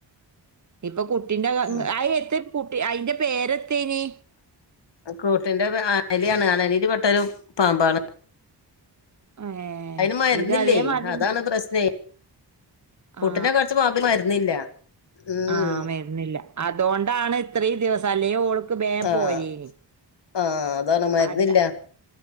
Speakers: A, on the right (about 40°); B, on the left (about 75°).
A: ഇപ്പൊ കുട്ടിൻ്റെ ക
B: ഉം
A: അത് എത്തേ കുട്ടി അയിൻ്റെ പേരെത്തേനി
B: അ കൂട്ടിന്റെ പേ അനലിയാണ് അണലീല് പെട്ടൊരു പാമ്പാണ്.
A: ഏഹ്
B: അയിന് മരുന്നില്ലേ
A: ഇത് അതേമാതിരി
B: അതാണ് പ്രസ്നേ
A: ആ
B: കുട്ടിനെ കട്ച്ച പാമ്പ് മരുന്നില്ല ഉം
A: ആഹ് വര്ന്നില്ല അതോണ്ടാണ് ഇത്രയും ദിവസം അല്ലേ ഓൾക്ക് ബേം
B: ആഹ്
A: പോരേനി
B: ആഹ് അതാണ് മര്ന്നില്ല
A: അല്ല